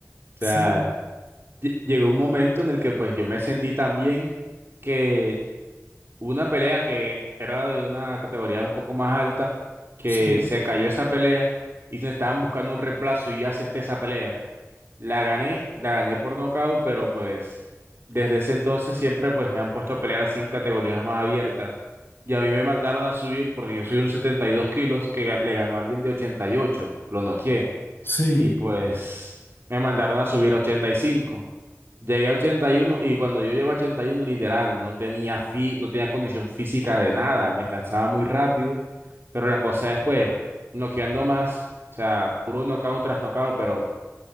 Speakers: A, on the left; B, on the right.
A: Sí,
B: sea, lle- llegó un momento en el que pues yo me sentí tan bien que hubo una pelea que era de una categoría un poco más alta, que
A: sí,
B: se cayó esa pelea y se estaban buscando un reemplazo y yo acepté esa pelea. La gané, la gané por nocaut, pero pues desde ese entonces siempre pues me han puesto a pelear así en categorías más abiertas. Y a mí me mandaron a subir porque yo soy un 72 kilos que ga- le ganó a alguien de ochenta y ocho lo noqueé.
A: sí,
B: Y pues me mandaron a subir a ochenta y cinco Llegué a ochenta y uno y cuando yo llego a 81 literal, no tenía fi- no tenía condición física de nada, me cansaba muy rápido. Pero la cosa es pues noqueando más, o sea, puro knockout tras knockout, pero